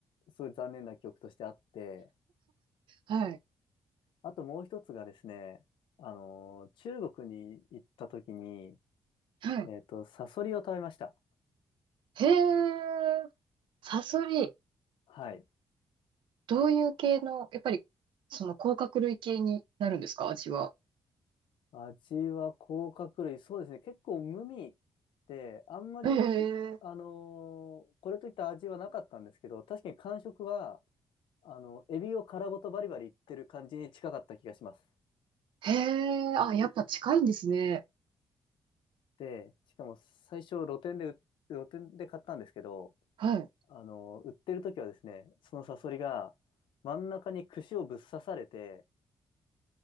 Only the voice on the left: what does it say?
すごい残念な記憶としてあって、
あともう一つがですね、あの、中国に行った時に、
えっと、サソリを食べました。
はい。
味は甲殻類、そうですね、結構無味で、あんまり、
あの、これといった味はなかったんですけど、確かに感触は、あの、エビを殻ごとバリバリいってる感じに近かった気がします。
で、しかも最初露店で、露店で買ったんですけど、
あの、売ってる時はですね、そのサソリが真ん中に串をぶっ刺されて、